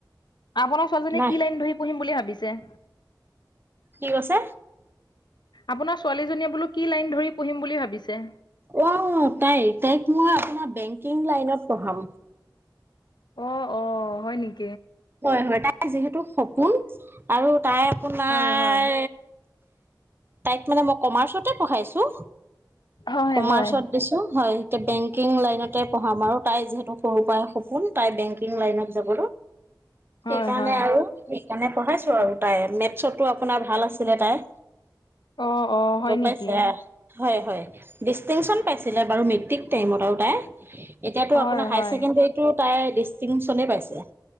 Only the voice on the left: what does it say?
আপোনাৰ ছোৱালীজনীয়ে
কি লাইন ধৰি পঢ়িম বুলি ভাবিছে
আপোনাৰ ছোৱালীজনীয়ে বোলো কি লাইন ধৰি পঢ়িম বুলি ভাবিছে
অ অ হয় নেকি
হয়, হয়।
হয়,
হয়।
হয়,
হয়।
অ অ হয়
নেকি।
হয়,
হয়।